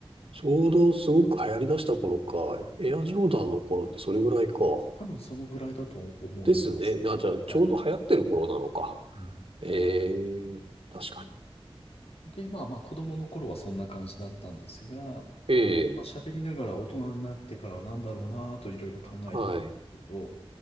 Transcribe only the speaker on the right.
ちょうどすごく流行り出した頃か。エアジョーダンの頃ってそれぐらいか。
ですね。
あ、
じゃあちょうど流行ってる頃なのか。
ええ、確かに。
ええ、
はい、